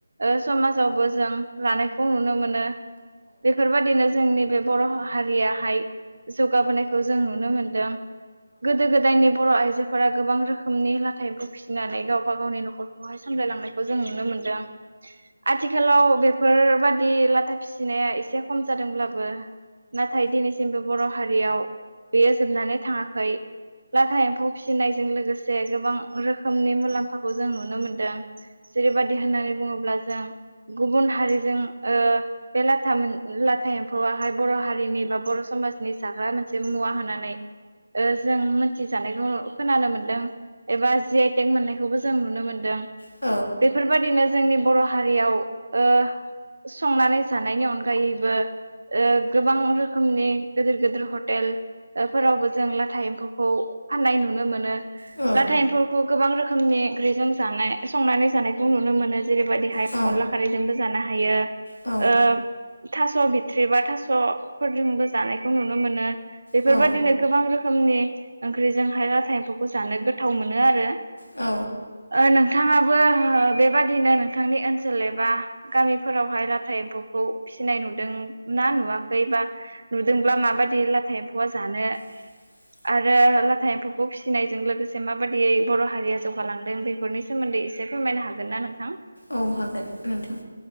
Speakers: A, on the right; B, on the left.
A: ओ समाजावबो जों लानायखौ नुनो मोनो बेफोरबादिनो जोंनि बे बर' हारियाहाय जौगाबोनायखौ जों नुनो मोनदों। गोदो गोदायनि बर' आइजो फोरा गोबां रोखोमनि लाथा एम्फौ फिनानै गावबा गावनि न'खरखौहाय सामलायलांनायखौ जों नुनो मोनदों। आथिखालाव बेफोरबादि लाथा फिसिनाया एसे खम जादोंब्लाबो नाथाय दिनैसिमबो बर' हारियाव बेयो जोबनानै थाङाखै। लाथा एम्फौ फिसिनायजों लोगोसे गोबां रोखोमनि मुलाम्फाखौ जों नुनो मोनदों। जेरैबादि होननानै बुङोब्ला जों गुबुन हारिजों ओ बे लाथा मोन लाथा एम्फौआहाय बर' हारिनि बा बर' समाजनि जाग्रा मोनसे मुवा होननानै ओ जों मोनथिजानायखौ खोनानो मोनदों एबा जि आइ टेक मोननायखौबो जों नुनो मोनदों।
B: औ
A: बेफोरबायदिनो जोंनि बर' हारियाव ओ संनानै जानायनि अनगायैबो ओ गोबां रोखोमनि गोदोर गोदोर हटेल फोरावबो जों लाथा एम्फौखौ फाननाय नुनो मोनो।
B: औ
A: लाथा एम्फौखौ गोबां रोखोमनि ओंख्रिजों जानाय संनानै जानायखौ नुनो मोनो। जेरैबादिहाय
B: औ
A: अनला खारैजोंबो जानो हायो।
B: औ
A: जों थास' बिथ्रि बा थास' फोरजोंबो जानायखौहाय नुनो मोनो। बेफोरबायदि
B: औ
A: गोबां रोखोमनि ओंख्रिजों लाथा एम्फौ जानो गोथावमोनो आरो
B: औ
A: ओ नों थाङाबो ओ बेबादिनो नोंथांनि ओनसोल एबा गामिफोरावहाय लाथा एम्फौखौ फिसिनाय नुदोंना नुवाखै बा नुदोंब्ला माबायदि लाथा एम्फौआ जानो
B: <inaudible>
A: आरो लाथा एम्फौखौ फिसिनायजों लोगोसे माबादियै बर हारिया जौगालांदों बेफोरनि सोमोन्दै एसे फोरमायनो हागोन ना नोंथां?
B: औ हागोन नोंथां।